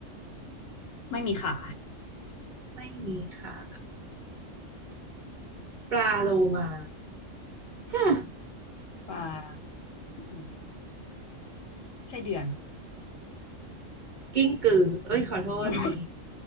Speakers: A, on the left; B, on the right.
A: ไม่มีขา
B: ไม่มีขาปลาโลมาฮะ
A: ปลาอืมไส้เดือน
B: กิ้งกือเอ้ยขอโทษมี
A: <laughs> อุ๊ย